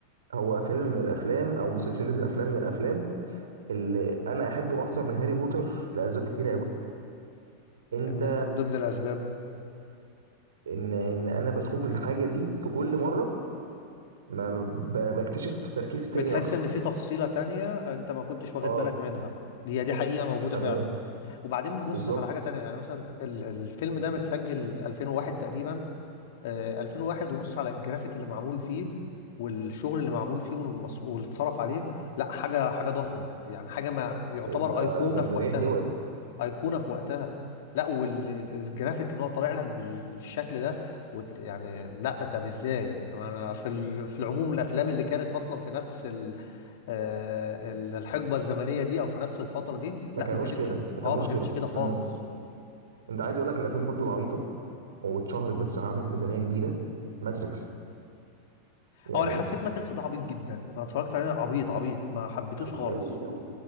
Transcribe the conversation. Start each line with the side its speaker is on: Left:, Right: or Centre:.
Right: هو فيلم من الافلام او مسلسل من الافلام من الافلام اللي انا احبه اكتر من هاري بوتر لاسباب كتير قوي انت
Left: من من ضمن الاسباب
Right: ان ان انا بشوف الحاجه دي في كل مره ما ب- بكتشف تركيز تاني
Left: بتحس
Right: اكتر
Left: ان في تفصيلة تانية انت ما كنتش واخد
Right: اه
Left: بالك منها هي دي حقيقة موجودة
Right: تمام
Left: فعلا وبعدين بص
Right: بالظبط
Left: على حاجة تانية يعني مثلا ال- الفيلم ده متسجل 2001 تقريبا آه، 2001 وبص على الجرافيك اللي معمول فيه والشغل اللي معمول فيه والمص... واللي اتصرف عليه لا حاجة حاجة ضخمة يعني حاجة ما يعتبر
Right: انت
Left: أيقونة
Right: ده
Left: في
Right: ميزانيه
Left: وقتها
Right: دول
Left: أيقونة في وقتها لا والجرافيك ان هو طالع لك بالشكل ده وت... يعني لا طب ازاي يعني انا في ال... في العموم الافلام اللي كانت اصلا في نفس آه، ال- الحقبه الزمنيه دي او في نفس الفتره دي لا
Right: ما كانوش
Left: ما كانتش
Right: كده ما كانوش
Left: اه ما كانتش
Right: كده
Left: كده خالص
Right: امم انت عايز اقول لك الافلام برضو العبيطه واتشهرت بس عملت ميزانيه كبيره ماتريكس يعني
Left: اه انا حسيت ماتريكس ده عبيط جدا انا اتفرجت عليه عبيط عبيط ما حبيتوش
Right: قوي
Left: خالص
Right: قوي قوي